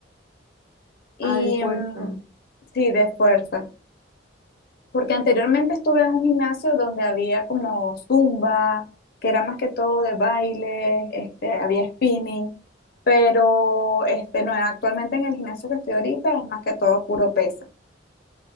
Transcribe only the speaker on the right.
Ah, de fuerza.